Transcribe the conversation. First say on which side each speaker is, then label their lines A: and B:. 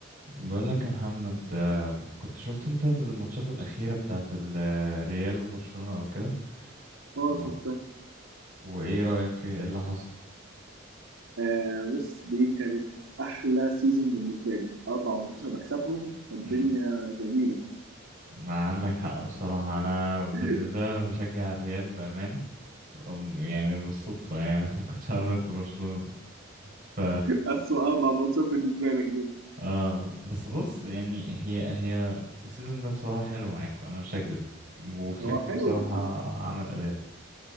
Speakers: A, on the right (about 40°); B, on the right (about 80°).
A: بقول لك يا محمد آه، كنت شفت انت الماتشات الأخيرة بتاعت الريال وبرشلونة او كده
B: اه
A: الم-
B: شفتها
A: وايه رأيك فيه ايه اللي حصل
B: آه بص دي كانت احلى سيزون بالنسبه لي اربع ماتشات بكسبهم فالدنيا
A: امم
B: جميله
A: عندك حق بصراحة انا
B: <laughs>
A: بالنسبة لي انا بشجع الريال بأمانة أم- يعني بالصدفة يعني <laughs> ما كنتش عارف انت برشلونة ف
B: اسوء اربع ماتشات بالنسبه لك دول
A: اه بس بص يعني هي هي السيزون ده بصراحة حلو معاكم انا مش هكدب وفليك
B: هو حلو
A: بصراحة
B: بس
A: عمل أداء